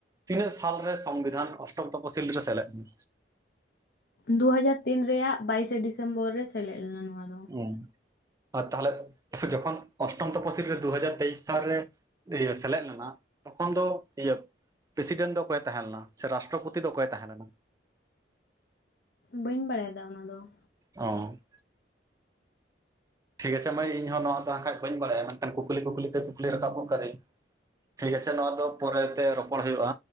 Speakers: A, on the right; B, on the left.
A: ᱛᱤᱱᱟᱹᱜ ᱥᱟᱞᱨᱮ ᱥᱚᱝᱵᱤᱫᱷᱽᱟᱱ᱾ ᱚᱥᱴᱚᱢ ᱛᱚᱯᱚᱥᱤᱞ ᱨᱮ, ᱥᱮᱞᱮᱫ ᱮᱱᱟ?
B: ᱫᱩ ᱦᱟᱡᱟᱨ ᱛᱤᱱ ᱨᱮᱭᱟ-ᱜ ᱵᱟᱭᱤᱥ ᱮᱸ ᱰᱤᱥᱮᱢᱵᱚᱨ ᱨᱮ, ᱥᱮᱞᱮᱫ ᱞᱮᱱᱟ ᱱᱚᱣᱟ ᱫᱚ᱾
A: ᱦᱩᱸ ᱟᱨ ᱛᱟᱦᱞᱮ ᱡᱚᱠᱷᱚᱱ ᱚᱥᱴᱚᱢ ᱛᱚᱯᱚᱥᱤᱞ ᱨᱮ, ᱫᱩ ᱦᱟᱡᱟᱨ ᱛᱮᱭᱤᱥ ᱥᱟᱞᱨᱮ ᱤᱭᱟᱹ ᱥᱮᱞᱮᱫ ᱞᱮᱱᱟ, ᱛᱚᱠᱷᱚᱱ ᱫᱚ ᱤᱭᱟᱹ ᱯᱨᱮᱥᱤᱰᱮᱸᱱᱴ ᱫᱚ ᱚᱠᱚᱭ ᱮ ᱛᱟᱦᱮᱸ ᱞᱮᱴᱱᱟ ᱾ ᱥᱮ ᱨᱟᱥᱴᱨᱚᱯᱚᱛᱤ ᱫᱚ ᱚᱠᱚᱭ ᱮ ᱛᱟᱦᱮᱸ ᱞᱮᱱᱟ?
B: ᱵᱟᱹᱧ ᱵᱟᱲᱟᱭᱟ᱾ ᱫᱟ ᱚᱱᱟ ᱫᱚ᱾
A: ᱦᱚᱸᱻ ᱴᱷᱤᱠ ᱟᱪᱷᱮ ᱢᱟᱹᱭ, ᱤᱧ ᱦᱚᱸ ᱱᱚᱣᱟ ᱫᱚ ᱟᱝᱸᱠᱷᱟᱡ ᱵᱟᱹᱧ ᱵᱟᱲᱟᱭᱟ ᱾ ᱢᱮᱱᱠᱷᱟᱱ ᱠᱩᱠᱞᱤ ᱠᱩᱠᱞᱤ ᱛᱮ ᱠᱩᱠᱞᱤ ᱨᱟᱠᱟᱵᱚ ᱜᱚᱫ ᱠᱟᱹᱫᱟᱹᱧ᱾ ᱴᱷᱤᱠ ᱟᱪᱷᱮ ᱱᱚᱣᱟ ᱫᱚ, ᱯᱚᱨᱮ ᱛᱮ ᱨᱚᱯᱚᱲ ᱦᱩᱭᱩᱜᱼᱟ᱾